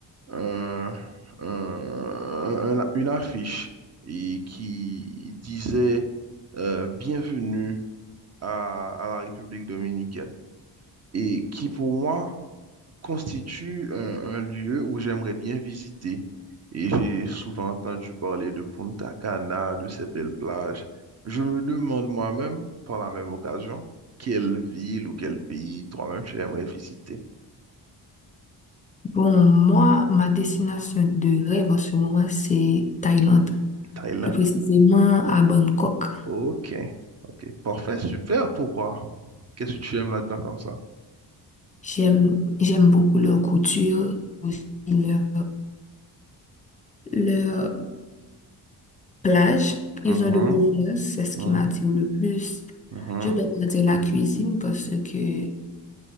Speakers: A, on the right; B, on the left.
A: un- un- un- une affiche et qui disait euh, Bienvenue à, à la République dominicaine et qui pour moi constitue un, un lieu où j'aimerais bien visiter. Et j'ai souvent entendu parler de Punta Cana, de ces belles plages. Je me demande moi-même, par la même occasion, quelle ville ou quel pays toi-même tu aimerais visiter?
B: Bon, moi, ma destination de rêve en ce moment, c'est Thaïlande.
A: Thaïlande.
B: Plus précisément, à Bangkok.
A: Ok, ok, parfait, super. Pourquoi? Qu'est-ce que tu aimes là-dedans comme ça?
B: J'aime, j'aime beaucoup leur couture, aussi leur, leur plage.
A: Mhm,
B: Ils ont de beaux plages, c'est ce qui
A: mhm,
B: m'attire le plus.
A: mhm,
B: Je vais pas dire la cuisine parce que